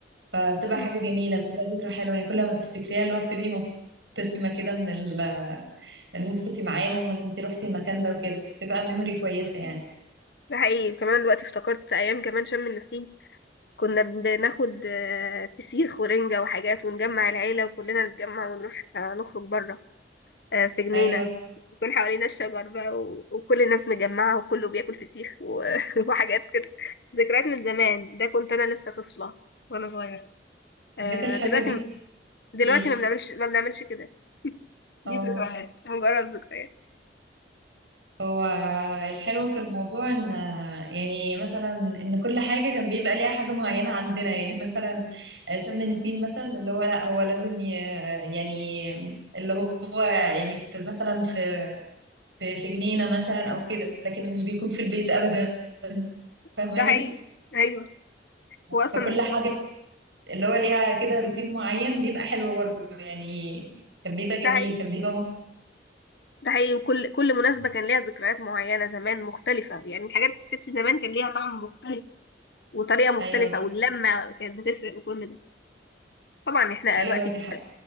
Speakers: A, on the right; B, on the left.
A: فبتبقى
B: مم.
A: حاجة جميلة بتبقى ذكرى حلوة يعني كل ما تفتكريها اللي هو بتبقي مبتسمة كده من ال... إن انتي كنتي معاهم وإن انتي روحتي المكان ده وكده بتبقى ميموري كويسة يعني
B: ده حقيقي كمان دلوقتي افتكرت ايام كمان شم النسيم كنا بناخد آه، فسيخ ورنجة وحاجات ونجمع العيلة وكلنا نتجمع ونروح آه، نخرج بره آه، في جنينة
A: أيوه
B: يكون حوالينا الشجر بقى و... وكل الناس مجمعة وكله بياكل فسيخ و... <laughs> وحاجات كده ذكريات من زمان ده كنت أنا لسه طفلة وأنا صغيرة آه
A: الحاجات الحلوة
B: دلوقتي
A: دي مبتنسيش.
B: دلوقتي ما بنعملش ما بنعملش كده دي
A: اه
B: ذكريات مجرد ذكريات
A: هو الحلو في الموضوع ان يعني مثلا ان كل حاجه كان بيبقى ليها حاجه معينه عندنا يعني مثلا شم النسيم مثلا اللي هو لا هو لازم ي- يعني اللي هو يعني في مثلا في في في جنينه مثلا او كده لكن مش بيكون في البيت ابدا فاهماني
B: ده حقيقي أيوه هو أصلا
A: فكل حاجه اللي هو ليها كده روتين معين بيبقى حلو برضه يعني كان بيبقى جميل
B: ده حقيقي
A: كان بيبقى مت...
B: ده حقيقي وكل كل مناسبة كان ليها ذكريات معينة زمان مختلفة يعني الحاجات تحس زمان كان ليها طعم مختلف وطريقة مختلفة
A: ايوه
B: واللمة كانت بتفرق وكل ده طبعا احنا
A: ايوه
B: دلوقتي
A: دي
B: في
A: حاجه